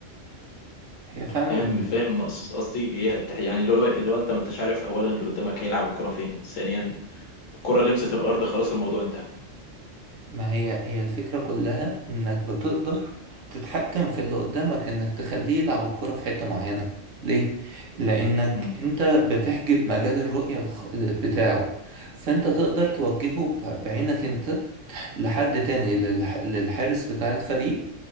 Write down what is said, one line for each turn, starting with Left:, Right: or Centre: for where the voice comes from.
Right: هي فعلا
Left: فاهم فاهم قص- قصدي هي الت- يعني لو لو انت ما انتش عارف اولا اللي قدامك هيلعب الكرة فين ثانيا الكرة لمست الارض خلاص الموضوع انتهى
Right: ما هي هي الفكرة كلها انك بتقدر تتحكم في اللي قدامك انك تخليه يلعب الكرة في حتة معينة ليه؟ لانك
Left: امم
Right: انت بتحجب مجال الرؤية الخ- بتاعه فانت تقدر توجهه ب- بعينك انت لحد تاني للح- للحارس بتاع الفريق